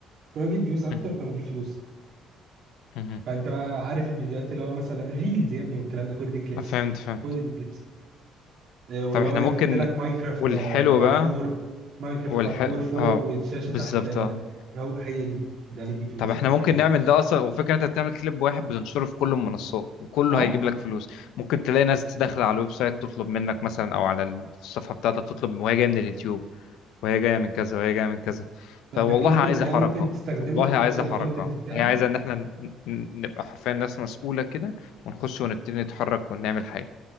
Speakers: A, on the right; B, on the left.
A: كنا نجيب فيوز اكتر
B: مهم.
A: كنا نجيب فلوس
B: مهم.
A: فانت بقى عارف الفيديوهات اللي هو مثلا الريلز يا ابني والكلام ده كل دي كليبس
B: فهمت فهمت
A: كل دي كليبس آه، واللي
B: طب احنا
A: هو يحط
B: ممكن
A: لك ماينكرافت
B: والحلو
A: آه، باركور
B: بقى
A: ماينكرافت
B: والح
A: باركور
B: اه
A: فوق والشاشه
B: بالظبط
A: تحت آه،
B: آه.
A: هو هي دي ده بيجيب فلوس
B: طب احنا
A: كتير
B: ممكن
A: قوي
B: نعمل ده اصلا وفكرة انت بتعمل كليب واحد بتنشره في كل المنصات وكله
A: اه
B: هيجيب لك فلوس ممكن تلاقي ناس داخلة على الويب سايت تطلب منك مثلا او على الصفحة بتاعتك تطلب وهي جاية من اليوتيوب وهي جاية من كذا وهي جاية من كذا
A: فانت
B: فوالله
A: الكليبنج
B: عايزة
A: ده
B: حركة
A: ممكن تستخدمه
B: والله
A: وتحط
B: عايزة
A: الكونتنت
B: حركة
A: بتاعك
B: هي عايزة ان احنا ن- ن- نبقى حرفيا ناس مسؤولة كده ونخش ونبتدي نتحرك ونعمل حاجة